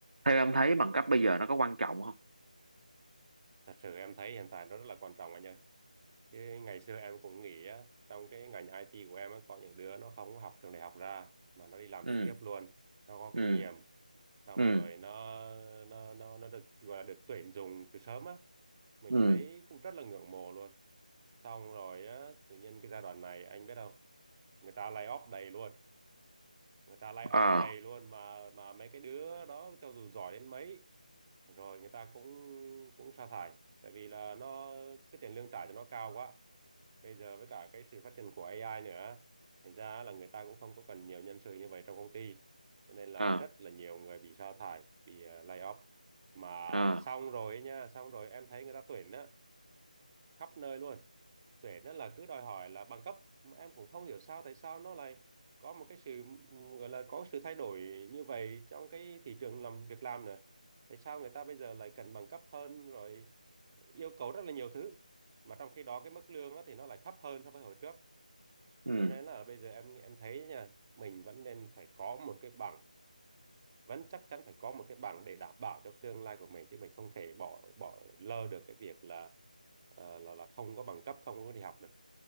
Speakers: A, on the right; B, on the right.
A: theo em thấy bằng cấp bây giờ nó có quan trọng không
B: Thật sự em thấy hiện tại nó rất là quan trọng anh ơi. Chứ ngày xưa em cũng nghĩ á, trong cái ngành IT của em á, có những đứa nó không học trường đại học ra mà nó đi làm
A: ừ
B: trực tiếp luôn. Nó có
A: ừ
B: kinh nghiệm, xong
A: ừ
B: rồi nó nó nó nó được gọi là được tuyển dụng từ sớm á. Mình
A: ừ
B: thấy cũng rất là ngưỡng mộ luôn. Xong rồi á, tự nhiên cái giai đoạn này anh biết không? Người ta lay off đầy luôn. Người ta lay off
A: ờ
B: đầy luôn mà mà mấy cái đứa đó cho dù giỏi đến mấy rồi người ta cũng cũng sa thải tại vì là nó cái tiền lương trả cho nó cao quá bây giờ với cả cái sự phát triển của AI nữa thành ra là người ta cũng không có cần nhiều nhân sự như vậy trong công ty cho nên là
A: ờ
B: rất là nhiều người bị sa thải bị uh, lay off mà
A: ờ
B: xong rồi ấy nha xong rồi em thấy người ta tuyển á khắp nơi luôn tuyển á là cứ đòi hỏi là bằng cấp Mà em cũng không hiểu sao tại sao nó lại có một cái sự ừm, gọi là có sự thay đổi như vậy trong cái thị trường làm việc làm nữa tại sao người ta bây giờ lại cần bằng cấp hơn rồi yêu cầu rất là nhiều thứ mà trong khi đó cái mức lương á, thì nó lại thấp hơn so với hồi trước
A: ừ
B: cho nên là bây giờ em em thấy nha mình vẫn nên phải có một cái bằng vẫn chắc chắn phải có một cái bằng để đảm bảo cho tương lai của mình chứ mình không thể bỏ bỏ lơ được cái việc là ờ, là là không có bằng cấp không có đi học được